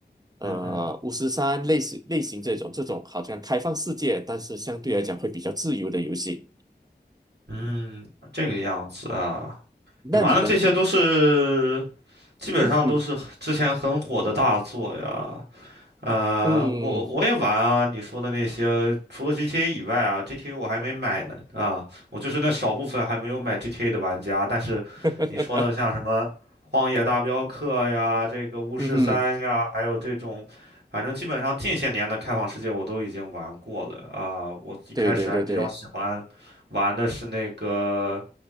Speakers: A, on the right; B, on the right.
A: 嗯嗯
B: 呃《巫师三》类似类型这种这种好像开放世界，但是相对来讲会比较自由的游戏。
A: 嗯，嗯这个样子啊。
B: 那你呢？
A: 你玩的这些都是基本上都是很之前很火的大作呀。
B: 嗯
A: 呃，
B: 嗯
A: 我我也玩啊，你说的那些，除了 GTA 以外啊，GTA 我还没买呢啊，我就是那少部分还没有买 GTA 的玩家。但是你说的像什么《荒野大镖客》呀，
B: 嗯
A: 这个《巫师三》呀，
B: 嗯哼，
A: 还有这种，反正基本上近些年的开放世界我都已经玩过了啊。我一开始还比较喜欢玩的是那个。
B: 对对对对，